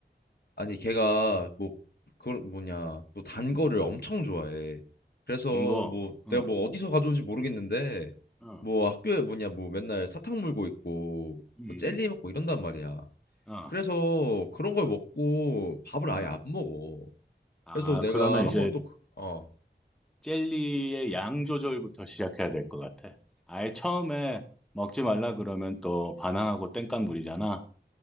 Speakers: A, on the left; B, in the centre.
A: 아니 걔가 뭐 그 뭐냐 또 단
B: 음,
A: 거를 엄청 좋아해. 그래서
B: 단 거,
A: 뭐
B: 어,
A: 내가 뭐 어디서 가져온지 모르겠는데
B: 어,
A: 뭐 학교에 뭐냐 뭐 맨날 사탕 물고 있고
B: 음,
A: 뭐 젤리 먹고 이런단 말이야.
B: 음, 어,
A: 그래서 그런
B: 어.
A: 걸 먹고 밥을 아예
B: 어.
A: 안 먹어.
B: 아,
A: 그래서 내가
B: 그러면 이제
A: 한번 또, 그- 어,
B: 젤리의 양 조절부터 시작해야 될 것 같아. 아예 처음에 먹지 말라 그러면 또 반항하고 땡깡 부리잖아.